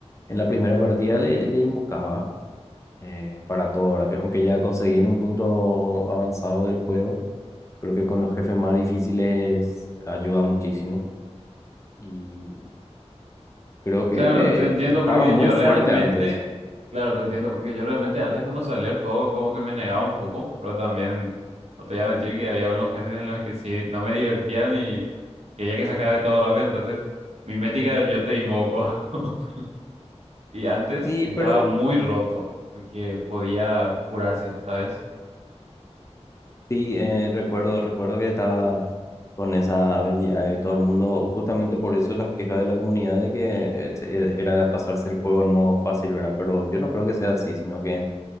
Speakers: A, on the left; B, on the right.
A: en la primera partida le, le invocaba eh, para todo, ¿verdad? Que aunque ya conseguí en un punto avanzado del juego, creo que con los jefes más difíciles ayuda muchísimo. Y creo que
B: Claro, te entiendo
A: estaba
B: porque
A: muy
B: yo
A: fuerte
B: realmente,
A: antes.
B: claro, te entiendo porque yo realmente antes cuando salió el juego como que me negaba un poco, pero también no te voy a mentir que había unos jefes en los que sí no me divertían y quería que se acabe todo rápido, entonces mi métrica yo te invoco. <laughs> Y antes
A: Sí,
B: estaba
A: pero
B: muy roto porque podía curarse, ¿sabes?
A: Sí, eh, recuerdo, recuerdo que estaba con esa habilidad y todo el mundo, justamente por eso las quejas de la comunidad de que eh, se- eh, era pasarse el juego en modo fácil, ¿verdad? Pero yo no creo que sea así, sino que